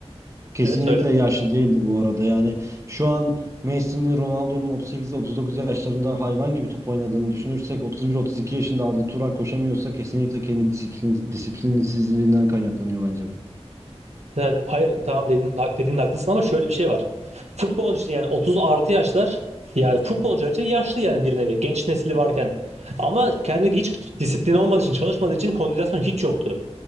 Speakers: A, on the right (about 25°); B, on the right (about 80°).
A: Kesinlikle
B: evet söyle.
A: yaşlı değildi bu arada. Yani şu an Messi'nin, Ronaldo'nun 38-39 yaşlarında hayvan gibi top oynadığını düşünürsek 31-32 yaşında Arda Turan koşamıyorsa kesinlikle kendi disiplin, disiplinsizliğinden kaynaklanıyor bence bu.
B: Yani Hayır tamam dedin, dediğin haklısın ama şöyle bir şey var. Futbol için yani 30 artı yaşlar yani futbolcular için yaşlı yani bir nevi genç nesili varken. Ama kendi hiç disiplin olmadığı için çalışmadığı için kondisyon hiç yoktu.